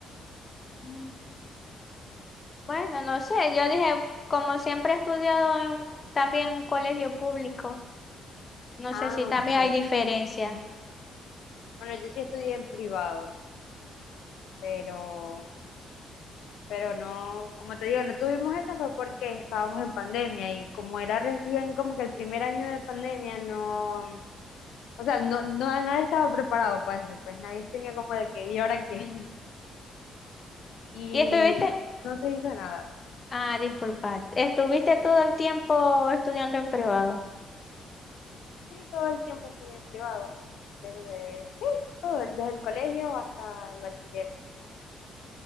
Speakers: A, on the left (about 30°); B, on the left (about 80°).
A: Mm, Bueno, no sé, yo dije, como siempre he estudiado en, también en un colegio público, no
B: Ah,
A: sé si también
B: ok.
A: hay diferencia.
B: Bueno, yo sí estudié en privado, pero, pero no, como te digo, no tuvimos eso fue porque estábamos en pandemia y como era recién como que el primer año de pandemia, no, o sea, no, no, nadie estaba preparado para eso, pues nadie tenía como de que, ¿y ahora qué? <laughs> Y
A: ¿Y estuviste?
B: no se hizo nada.
A: Ah, disculpa, estuviste todo el tiempo estudiando en privado.
B: Sí, todo el tiempo estudié en privado, desde, sí, todo, desde el colegio hasta el bachiller.